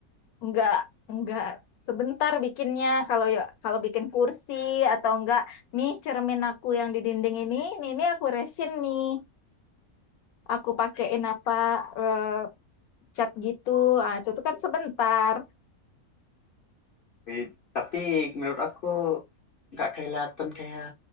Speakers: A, on the left; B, on the left.
A: nggak nggak sebentar bikinnya kalau ya kalau bikin kursi atau enggak nih cermin aku yang di dinding ini, ini, ini aku resin nih, aku pakein apa eh, cat gitu, ah itu tuh kan sebentar.
B: Eh, Tapi menurut aku nggak kelihatan kayak